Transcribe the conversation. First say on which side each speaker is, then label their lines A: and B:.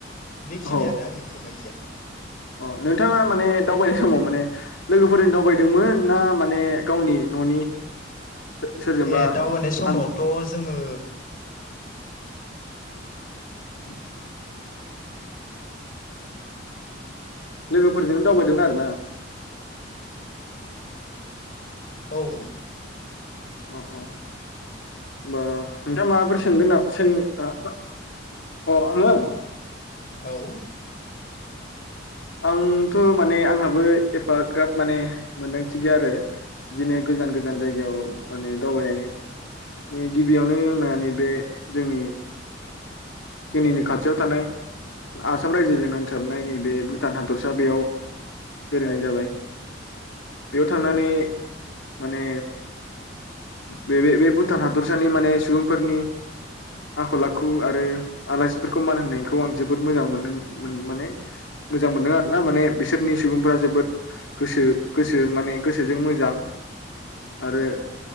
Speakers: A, on the left (about 45°); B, on the left (about 80°).
A: बेखिनियानो
B: औ
A: आंनि फोरमायथिया।
B: अ नोंथाङा माने दावबायनाय समाव माने लोगोफोरजों दावबायदोंमोन ना माने गावनि न'नि? सोरजोंबा
A: ए दावबायनाय समावथ'
B: आं
A: जोङो
B: <unintelligible> लोगोफोरजोंनो दावबायदोंमोन आरो ना।
A: औ औ।
B: औ औ हमबा नोंथां माबाफोर सोंगोन ना सों अ अ आङो?
A: औ।
B: आंथ' माने आंहाबो एफाग्राब माने मोनदांथि गैया आरो। बिदिननो गोजान गोजान
A: औ
B: जायगायाव माने दावबायनायनि गिबियावनो आंना नैबे जोंनि जोंनिनो खाथियाव थानाय आसाम रायजोजों नांथाबनाय नैबे भुटान हादरसा बेयाव बेरायनाय
A: औ
B: जाबाय बेयाव थांनानै माने बे बे भुटान हादरसानि माने सुबुंफोरनि आखल आखु आरो आलासिफोरखौ मान होनायखौ आं जोबोद मोजां मोनो माने मोजां मोनदों आर ना माने बिसोरनि सुबुंफोरा जोबोद गोसो गोसो माने गोसोजों मोजां आरो
A: औ